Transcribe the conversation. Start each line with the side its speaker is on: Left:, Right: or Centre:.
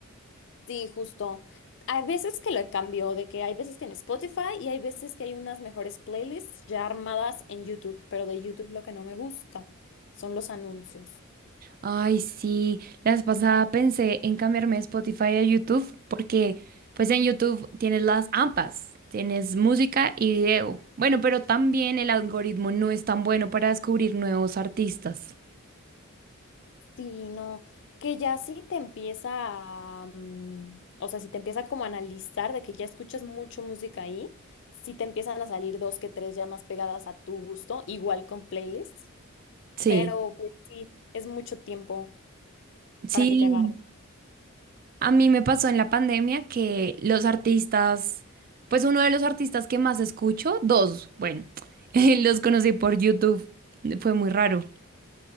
Left: Sí, justo. Hay veces que lo cambio, de que hay veces que en Spotify y hay veces que hay unas mejores playlists ya armadas en YouTube, pero de YouTube lo que no me gusta son los anuncios.
Right: Ay, sí, la vez pasada pensé en cambiarme de Spotify a YouTube porque pues en YouTube tienes las AMPAs, tienes música y video. Bueno, pero también el algoritmo no es tan bueno para descubrir nuevos artistas.
Left: Sí, no, que ya sí te empieza a, mm, o sea, si te empieza como a analizar de que ya escuchas mucho música ahí, sí te empiezan a salir dos que tres ya más pegadas a tu gusto, igual con playlists,
Right: Sí.
Left: pero pues sí, es mucho tiempo
Right: Sí.
Left: para que te agarre.
Right: A mí me pasó en la pandemia que los artistas, pues uno de los artistas que más escucho, dos, bueno, <laughs> los conocí por YouTube, fue muy raro.